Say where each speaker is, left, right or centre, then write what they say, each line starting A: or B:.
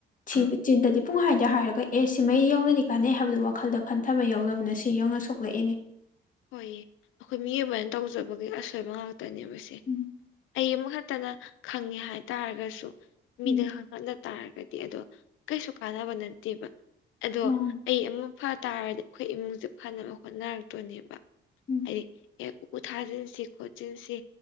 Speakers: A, on the left; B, on the left.
A: ꯁꯤ
B: ꯑꯥ
A: ꯆꯤꯟꯗꯗꯤ ꯄꯨꯡ ꯍꯥꯏꯗ ꯍꯥꯏꯔꯒ ꯑꯦ ꯁꯤ ꯃꯩ ꯌꯧꯅꯗꯤ ꯀꯥꯟꯅꯩ ꯍꯥꯏꯕꯗꯨ ꯋꯥꯈꯜꯗ ꯈꯟꯊꯕ ꯌꯥꯎꯗꯕꯅ ꯁꯤ ꯌꯧꯅ ꯁꯣꯛꯂꯛꯏꯅꯦ
B: ꯍꯣꯏꯌꯦ ꯑꯩꯈꯣꯏ ꯃꯤ ꯑꯃꯕ ꯍꯥꯏꯅ ꯇꯧꯖꯕꯒꯤ ꯑꯁꯣꯏꯕ ꯉꯥꯛꯇꯅꯦꯕꯁꯦ
A: ꯎꯝ
B: ꯑꯩ ꯑꯃ ꯈꯛꯇꯅ ꯈꯪꯉꯦ ꯍꯥꯏꯇꯥꯔꯒꯁꯨ ꯃꯤꯗ
A: ꯎꯝ
B: ꯈꯍꯠꯅ ꯇꯥꯔꯒꯗꯤ ꯑꯗꯣ ꯀꯩꯁꯨ ꯀꯥꯟꯅꯕ ꯅꯠꯇꯦꯕ ꯑꯗꯣ
A: ꯃꯥꯅꯤ
B: ꯑꯩ ꯑꯃ ꯐ ꯇꯥꯔꯗꯤ ꯑꯩꯈꯣꯏ ꯏꯃꯨꯡꯁꯦ ꯐꯅꯕ ꯍꯣꯠꯅꯔꯛꯇꯣꯏꯅꯦꯕ
A: ꯎꯝ
B: ꯍꯥꯏꯗꯤ ꯑꯦ ꯎꯄꯨ ꯊꯥꯖꯤꯟꯁꯤ ꯈꯣꯠꯆꯤꯟꯁꯤ